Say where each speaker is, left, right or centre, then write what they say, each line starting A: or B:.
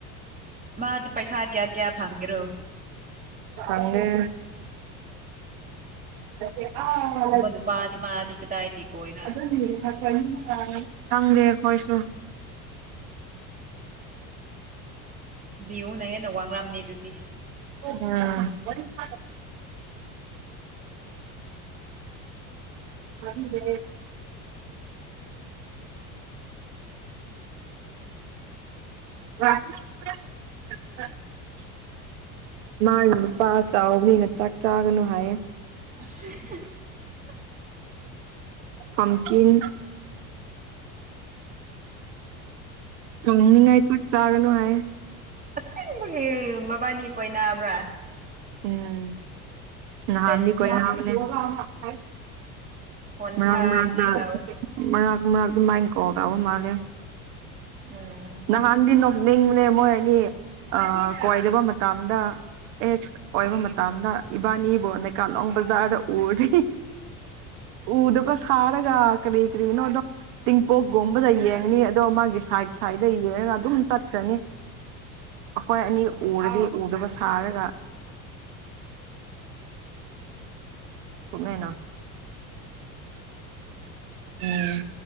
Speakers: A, on the right; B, on the right.
A: ꯃꯥꯗꯤ ꯄꯩꯁꯥ ꯀꯌꯥ ꯀꯌꯥ ꯐꯪꯉꯦ ꯑꯗꯨ꯭ꯔꯣ
B: ꯐꯪꯂꯦ ꯦ ꯑꯄ
A: ꯒꯨꯝꯕ ꯅꯨꯄꯥꯗꯤ ꯃꯥꯗꯤ ꯀꯗꯥꯏꯗꯤ ꯀꯣꯏꯕ꯭ꯔꯥ
B: ꯑꯗꯨ ꯑꯗꯨ ꯁꯗꯦꯣꯏꯁꯨꯁꯨ
A: ꯌꯨꯅꯦ ꯅ ꯋꯥꯡꯔꯝꯅꯤꯗꯨꯇꯤ
B: ꯑꯥ ꯀꯗ ꯑ ꯃꯥꯒꯤ ꯅꯨꯄꯥ ꯆꯥꯎꯕꯅꯤꯅ ꯆꯥꯛ ꯆꯥꯒꯅꯨ ꯍꯥꯏꯌꯣ
A: <unintelligible>
B: ꯍꯪꯀꯤꯟ ꯀꯧꯅꯤꯉꯥꯏ ꯆꯥꯛ ꯆꯒꯅꯨ ꯍꯥꯏꯌꯦ
A: ꯑꯁꯦꯡꯕꯒꯤ ꯃꯕꯥꯅꯤ ꯀꯣꯏ ꯅꯥꯕ꯭ꯔꯥ
B: ꯎꯝ ꯅꯍꯥꯥꯟꯅꯤ
A: ꯗꯦꯟꯖꯔ
B: ꯀꯣꯏ ꯅꯍꯥ ꯆ
A: ꯍꯣꯟꯊꯥꯅꯤꯡꯉꯥꯏ
B: ꯃꯔꯥꯡ ꯃꯔꯥꯡꯗ
A: ꯇꯧꯋꯦ
B: ꯃꯔꯥꯡ ꯑꯗꯨ ꯃꯥꯏꯀꯒꯕ ꯃꯥꯂꯦ
A: ꯎꯝ
B: ꯅ ꯍꯟ ꯅꯤꯡꯕꯅꯦ ꯃꯣꯏ ꯑꯅꯤ ꯀꯣꯏꯗꯕ ꯃꯇꯝꯗ ꯑꯦ ꯑꯣꯏꯕ ꯃꯇꯝꯗ ꯏꯕꯥꯅꯤꯕꯨ ꯅꯩꯀꯥꯂꯣꯡ ꯕꯖꯥꯔꯗ ꯎꯔꯤ ꯎꯗꯕ ꯁꯥꯔꯒ ꯀꯕꯤ ꯀꯔꯤꯅꯣꯗꯣ ꯇꯤꯡꯄꯣꯛꯒꯦꯝꯕꯗ ꯌꯦꯡꯉꯅꯤ ꯑꯗꯣ ꯃꯥꯒꯤ ꯁꯥꯏꯠ ꯁꯥꯏꯗ ꯌꯦꯡꯉꯒ ꯑꯗꯨꯝ ꯆꯠꯈ꯭ꯔꯅꯤ ꯑꯩꯈꯣꯏ ꯑꯅꯤ ꯎꯔꯗꯤ ꯎꯗꯕ ꯁꯥꯔꯒ ꯀꯃꯥꯏꯅ <unintelligible> ꯎꯝ